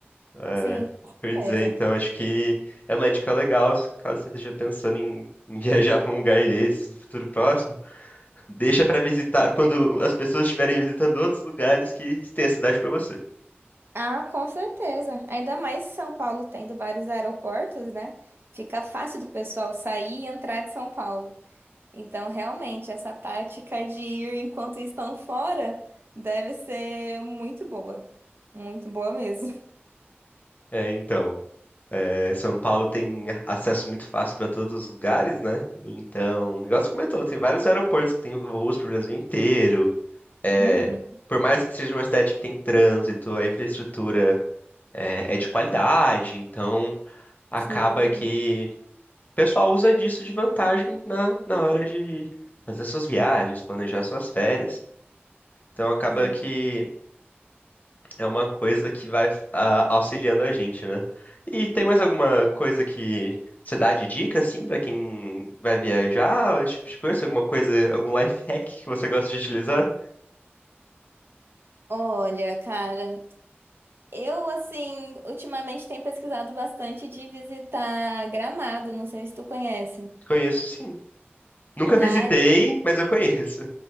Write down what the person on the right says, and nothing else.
sim, com
certeza.
Ah, com certeza. Ainda mais São Paulo tendo vários aeroportos, né? Fica fácil do pessoal sair e entrar de São Paulo. Então, realmente, essa tática de ir enquanto estão fora deve ser muito boa. Muito boa mesmo.
Uhum.
Sim,
sim.
Olha, cara. Eu, assim, ultimamente tenho pesquisado bastante de visitar Gramado, não sei se tu conhece.
Lá
é,